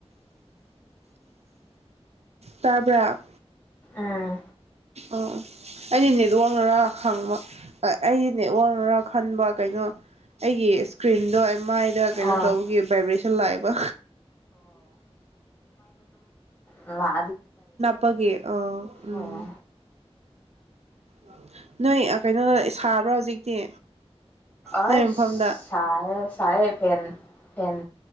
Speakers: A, on the right; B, on the left.
A: ꯇꯥꯄꯥ
B: ꯑꯥ
A: ꯎ ꯑꯣ ꯑꯩꯗꯤ ꯅꯦꯠ ꯋꯥꯡꯅꯔꯥ ꯈꯪꯕ ꯑꯩꯗꯤ ꯅꯦꯠ ꯋꯥꯡꯅꯔꯥ ꯈꯟꯕ ꯀꯩꯅꯣ ꯑꯩꯒꯤ ꯏꯁꯀ꯭ꯔꯤꯟꯗꯣ ꯃꯥꯏꯗ ꯀꯩꯅꯣ
B: ꯑꯥ
A: ꯇꯧꯕꯒꯤ ꯚꯥꯏꯕ꯭ꯔꯦꯁꯟ ꯂꯥꯛꯑꯦꯕ
B: ꯃꯥ
A: ꯄꯒꯦ ꯑ ꯎꯝ
B: ꯑꯣ
A: ꯍ ꯅꯣꯏ ꯀꯩꯅꯣ ꯁꯥꯕ꯭ꯔꯥ ꯍꯧꯖꯤꯛꯇꯤ
B: ꯑ
A: ꯅꯣꯏ ꯃꯐꯝꯗ
B: ꯁꯥ ꯆꯥꯏꯦ ꯐꯦꯟ ꯐꯦꯟ